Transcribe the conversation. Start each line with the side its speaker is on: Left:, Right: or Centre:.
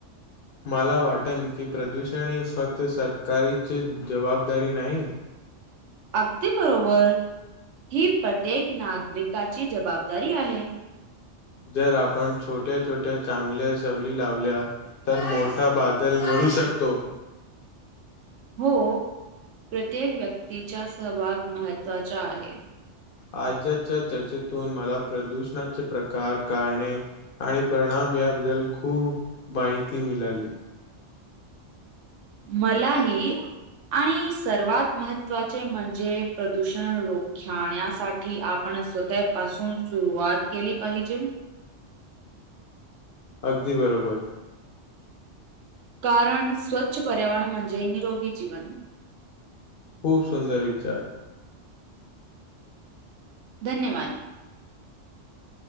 Left: मला वाटन की प्रदूषण ही फक्त सरकारीची जबाबदारी नाही.
Right: अगदी बरोबर. ही प्रत्येक नागरिकाची जबाबदारी आहे.
Left: जर आपण छोट्या छोट्या चांगल्या सवली लावल्या तर मोठा बादल घड. होऊ शकतो.
Right: <unintelligible> हो प्रत्येक व्यक्तीचा सहभाग महत्त्वाचा आहे.
Left: आज्याच्या चर्चेतून मला प्रदूषणाचे प्रकार कारणे आणि परिणाम. याबद्दल खूप माहिती मिळाली.
Right: मलाही. आणि सर्वात महत्त्वाचे म्हणजे प्रदूषण रोखण्यासाठी आपण. स्वतः पाासून सुरुवात केली पाहिजे.
Left: अगदी बरोबर.
Right: कारण स्वच्छ पर्यावरण म्हणजे निरोगी जीवन.
Left: खूप सुंदर विचार.
Right: धन्यवाद!